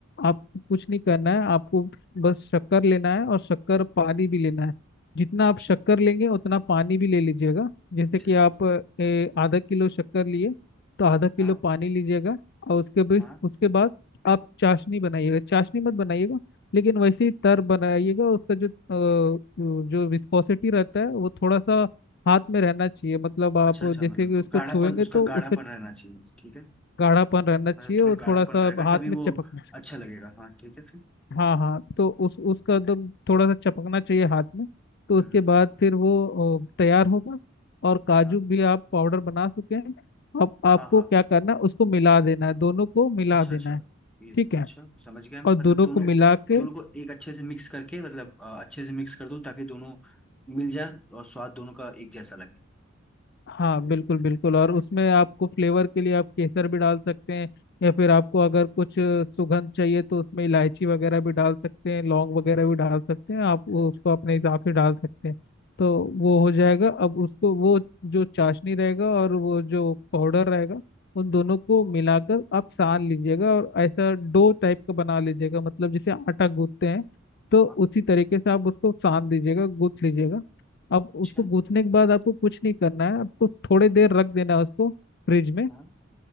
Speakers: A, on the left; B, in the centre.
A: आपको कुछ नहीं करना है आपको बस शक्कर लेना है और शक्कर पानी भी लेना है जितना
B: अच्छा
A: आप शक्कर लेंगे उतना पानी भी ले लीजिएगा जैसे
B: अच्छा
A: कि
B: जी
A: आप ए, आधा किलो शक्कर लिए तो आधा किलो
B: हाँ
A: पानी लीजिएगा और उसके बाद
B: हाँ
A: उसके बाद आप चाशनी बनाइएगा चाशनी मत बनाइएगा लेकिन वैसे ही तर बनाइएगा उसका जो अ, जो विस्कोसिटी रहता है वो थोड़ा सा हाथ में रहना चाहिए मतलब आप
B: अच्छा अच्छा
A: जैसे
B: मतलब
A: कि उसको
B: गाढ़ापन
A: छुएंगे
B: उसका
A: तो उसका
B: गाढ़ापन रहना चाहिए ठीक है
A: गाढ़ापन रहना चाहिए
B: मतलब थोड़ा
A: और
B: गाढ़ापन
A: थोड़ा सा
B: रहेगा
A: हाथ
B: तभी
A: में
B: वो
A: चपकना चाहिए
B: अच्छा लगेगा हाँ ठीक है फिर
A: हाँ हाँ तो उस उसका एकदम थोड़ा सा चपकना चाहिए हाथ में तो
B: हम्म
A: उसके
B: हम्म,
A: बाद फिर वो अ, तैयार होगा और काजू
B: हाँ
A: भी आप पाउडर बना चुके हैं अब आपको
B: हाँ हाँ
A: क्या करना है उसको मिला देना है दोनों को मिला
B: अच्छा
A: देना
B: अच्छा
A: है
B: ये
A: ठीक है
B: अच्छा समझ गया मैं
A: और
B: मतलब
A: दोनों
B: दोनों
A: को मिला
B: को
A: के
B: दोनों को एक अच्छे से मिक्स करके मतलब अ, अच्छे से मिक्स कर दूं ताकि दोनों मिल जाए और स्वाद दोनों का एक जैसा लगे
A: हाँ बिल्कुल बिल्कुल और उसमें आपको फ्लेवर के लिए आप केसर भी डाल सकते हैं या फिर आपको अगर कुछ अ, सुगंध चाहिए तो उसमें इलायची वगैरह भी डाल सकते हैं लौंग वगैरह भी डाल सकते हैं आप वो उसको अपने हिसाब से डाल सकते हैं तो वो हो जाएगा अब उसको वो जो चाशनी रहेगा और वो जो पाउडर रहेगा उन दोनों को मिलाकर आप सान लीजिएगा और ऐसा डो टाइप का बना लीजिएगा मतलब जैसे आटा गूंथते हैं तो
B: हाँ,
A: उसी तरीके से आप उसको सान दीजिएगा गूंथ लीजिएगा अब
B: अच्छा
A: उसको गूंथने के बाद आपको कुछ नहीं करना है आपको थोड़ी देर रख देना है उसको फ्रिज में
B: हाँ